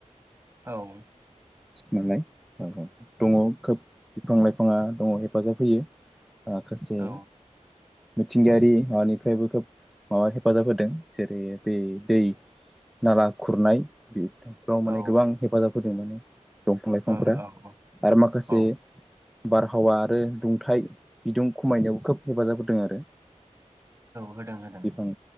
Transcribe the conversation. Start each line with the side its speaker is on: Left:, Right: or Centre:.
Right: औ
Centre: मोननाय औ दङ खोब बिफां लाइफाङा दङ हेफाजाब होयो। माखासे
Right: औ
Centre: मिथिंगायारि हानिफ्रायबो खोब माबा हेफाजाब होदों जेरै बै दै नाला खुरनाय फोराव माने
Right: औ
Centre: गोबां हेफाजाब फुदुनानै दंफां लाइफांफोरा
Right: औ औ
Centre: आरो माखासे
Right: औ
Centre: बारहावा आरो दुंथाइ बिदुं खमायनायाव खोब हेफाजाब हो दों आरो
Right: होदों होदों
Centre: बिफां